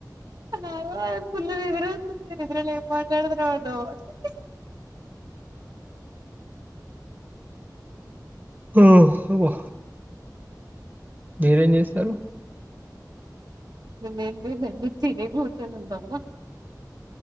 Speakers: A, on the right (about 65°); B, on the right (about 25°).
A: నవో ఫుల్ నిదర వస్తుంది నిద్ర లో ఏం మాట్లాతున్నానో అర్ధం అవ్వట్లే
B: ఆ అబ్బా మీరేం చేశారు
A: మేమేం లేదండి తిని కూర్చొని ఉన్నాం